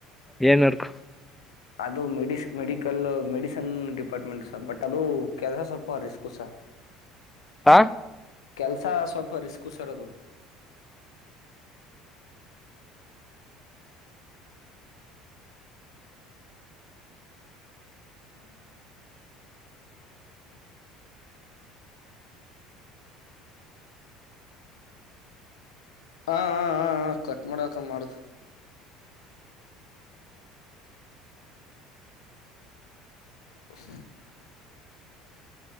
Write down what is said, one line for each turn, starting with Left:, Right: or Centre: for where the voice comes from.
Centre: ಏನ್ ಅರ್ಕು
Left: ಅದು ಮೆಡ medical medicine department sir but ಅದು ಕೆಲಸ ಸ್ವಲ್ಪ ರಿಸ್ಕು ಸರ್
Centre: ಹಾ
Left: ಕೆಲ್ಸ ಸ್ವಲ್ಪ ರಿಸ್ಕ್ ಸರೋದು ಹ್ಮ್ಮ್. ಹ ಕಟ್ ಮಾಡಕ ಮಾಡು ್